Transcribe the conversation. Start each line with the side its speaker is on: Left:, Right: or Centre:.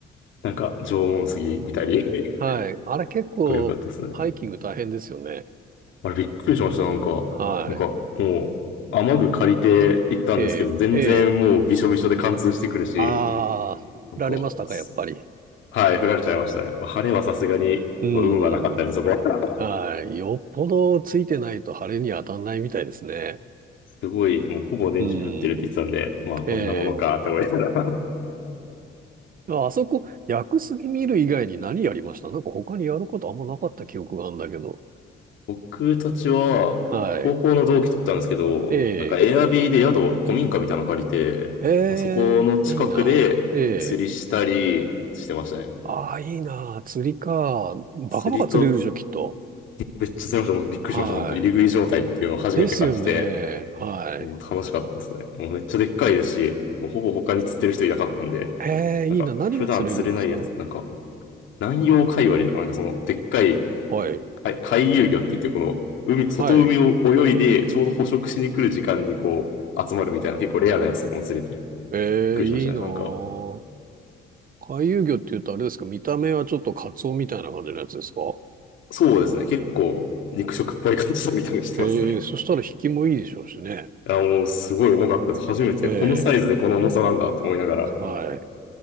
Left: なんか、縄文杉見たり。<laughs>
Right: はい。あれ結構ハイキング大変ですよね。
Left: これ良かったですね。あれびっくりしました。なんか、
Right: はい。
Left: なんか、もう、雨具借りて行ったんですけど、
Right: ええ、
Left: 全然もうびしょびしょで貫通してくるし、
Right: ええ。ああ、
Left: なんか、
Right: 振られましたか、
Left: す
Right: やっぱり。
Left: はい、降られちゃいましたね。やっぱ晴れはさすがに、
Right: うん。
Left: こう運はなかったです、そこは。<laughs>
Right: はい。よっぽどついてないと晴れに当たんないみたいですね。
Left: すごい、もうほぼ年中降ってるって言ってたんで、
Right: う
Left: まあこんなものかって思いながら。
Right: ん。ええああそこ、薬杉見る以外に何やりましたなんか他にやることあんまなかった記憶があるんだけど。
Left: <laughs> 僕たちは、
Right: はい。
Left: 高校の同期と言ったんですけど、
Right: ええ
Left: なんかエアビーで宿、古民家みたいなの借りて、
Right: ええいいな。
Left: まあそこの近くで釣りしたりしてましたね。
Right: ええああ、いいな。釣りか。バカバカ釣れるでしょ、
Left: 釣りと
Right: きっと。
Left: めっちゃされました。もうびっくりしました。
Right: は
Left: 本当入り食い状態っていうのを初めて感じて、
Right: い。ですよね。はい。
Left: もう楽しかったですね。もうめっちゃでっかいですし、もうほぼ他に釣ってる人いなかったんで、
Right: ええいいな。
Left: なんか普段釣れないやつ、
Right: 何が釣れるんですか
Left: なんか南洋海割りとか、なんかそのでっかい
Right: はい。
Left: 海海遊魚って言ってこの海、外海を泳いでちょうど捕食しに来る時間にこう集まるみたいな結構レアなやつとかも釣れてびっ
Right: はい。ええ、
Left: くりしましたね。
Right: いいなぁ。
Left: なんか、
Right: 回遊魚って言うとあれですか、見た目はちょっとカツオみたいな感じのやつですか
Left: そうですね。結構肉食っぽい感じの見た目してますね。
Right: ええ、そしたら引きもいいでしょうしね。
Left: いや、もうすごい重かったです。初めてこのサイズでこの重さなんだって思いながら
Right: ええ、はい。